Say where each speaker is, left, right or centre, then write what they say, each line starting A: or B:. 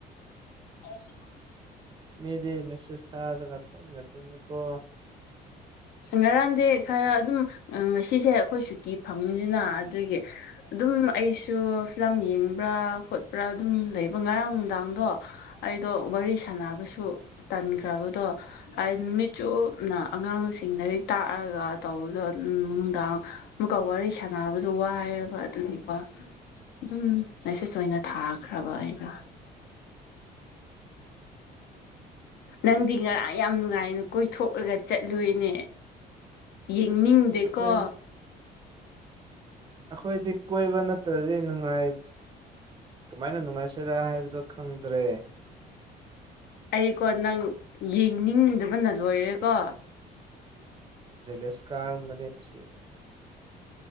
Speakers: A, on the left; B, on the right.
A: ꯑꯁꯨ
B: ꯏꯁ ꯃꯤꯗꯤ ꯃꯦꯁꯦꯁ ꯊꯥꯔꯒ ꯊꯦꯡꯅ ꯇꯨꯝꯃꯤꯀꯣ
A: ꯉꯔꯥꯡꯗꯤ ꯈꯔ ꯑꯗꯨꯝ ꯉꯁꯤꯁꯦ ꯑꯩꯈꯣꯏ ꯁꯨꯇꯤ ꯐꯪꯉꯅꯤꯅ ꯑꯗꯨꯒꯤ ꯑꯗꯨꯝ ꯑꯩꯁꯨ ꯐꯤꯂꯝ ꯌꯦꯡꯕ꯭ꯔꯥ ꯈꯣꯠꯄ꯭ꯔꯥ ꯑꯗꯨꯝ ꯂꯩꯕ ꯉꯔꯥꯡ ꯅꯨꯡꯗꯥꯡꯗꯣ ꯑꯩꯗꯣ ꯋꯥꯔꯤ ꯁꯥꯟꯅꯕꯁꯨ ꯇꯟꯈ꯭ꯔꯕꯗꯣ ꯑꯩ ꯅꯨꯃꯤꯠ ꯆꯨꯞꯅ ꯑꯉꯥꯡꯁꯤꯡ ꯂꯥꯏꯔꯤꯛ ꯇꯥꯛꯑꯒ ꯇꯧꯕꯗꯣ ꯅꯨꯡꯗꯥꯡ ꯑꯃꯨꯛꯀ ꯋꯥꯔꯤ ꯁꯥꯟꯅꯕꯗꯨ ꯋꯥꯏꯕ ꯑꯗꯨꯒꯤꯀꯣ ꯑꯗꯨꯝ ꯃꯦꯁꯦꯁ ꯑꯣꯏꯅ ꯊꯥꯈ꯭ꯔꯕ ꯑꯩꯒ ꯅꯪꯗꯤ ꯉꯔꯥꯡ ꯌꯥꯝ ꯅꯨꯡꯉꯥꯏꯅ ꯀꯣꯏꯊꯣꯛꯂꯒ ꯆꯠꯂꯨꯏꯅꯦ ꯌꯦꯡꯅꯤꯡꯗꯦꯀꯣ
B: ꯑꯁ ꯑꯩꯈꯣꯏ ꯑꯩꯈꯣꯏꯗꯤ ꯀꯣꯏꯕ ꯅꯠꯇ꯭ꯔꯗꯤ ꯅꯨꯡꯉꯥꯏ ꯀꯃꯥꯏꯅ ꯅꯨꯡꯉꯥꯏꯁꯤꯔꯥ ꯍꯥꯏꯕꯗꯣ ꯈꯪꯗ꯭ꯔꯦ
A: ꯑꯩꯀꯣ ꯅꯪ ꯌꯦꯡꯅꯤꯡꯗꯕꯅ ꯂꯣꯏꯔꯦꯀꯣ
B: ꯖꯦꯂꯁ ꯀꯥꯔꯃꯅꯤ ꯁꯤ